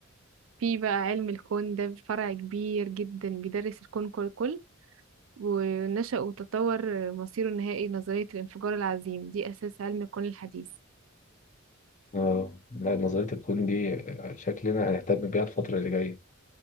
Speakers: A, on the right (about 80°); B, on the left (about 40°).
A: في بقى علم الكون ده فرع كبير جدا بيدرس الكون كله ونشأ وتطور مصيره النهائي نظرية الانفجار العظيم دي أساس علم الكون الحديث
B: اه لا نظرية الكون دي آه، شكلنا هنهتم بيها الفترة اللي جاية